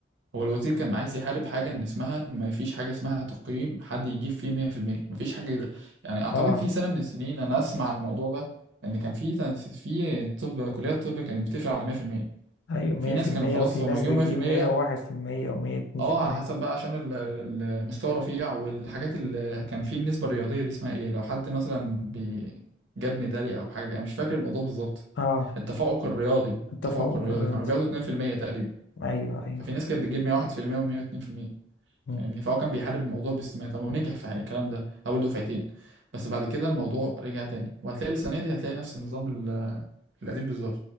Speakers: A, on the right; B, on the left.
A: هو الوزير كان عايز يحارب حاجة ان اسمها إن ما فيش حاجة اسمها تقييم حد يجيب فيه 100% ما فيش حاجة يعني اعتقد
B: آه.
A: في سنة من السنين انا اسمع عن الموضوع ده ان كان في في طب كليات طب كانت بتقفل على 100% في المية،
B: أيوة
A: في
B: مية
A: ناس
B: في
A: كانوا
B: المية
A: خلاص
B: وفي
A: هما
B: ناس
A: جيبوا
B: بتجيب
A: 100%
B: مية وواحد في المية ومية اتنين
A: اه
B: في المية
A: على حسب بقى عشان ال- ال- المستوى رفيع والحاجات اللي كان فيه النسبة الرياضية دي اسمها ايه لو حد مثلا بي جاب ميدالية او حاجة انا مش فاكر الموضوع بالظبط
B: اه
A: التفوق الرياضي
B: التفوق
A: التفوق الرياضي
B: الرياضي
A: كانوا بياخدوا 2% تقريبا
B: أيوة أيوة
A: ففي ناس كانت بتجيب 101% و102%
B: مم.
A: فاهمني فهو كان بيحارب الموضوع باستماتة ونجح في الكلام ده اول دفعتين بس بعد كده الموضوع رجع تاني وهتلاقي السنة دي هتلاقي نفس النظام ال- القديم بالظبط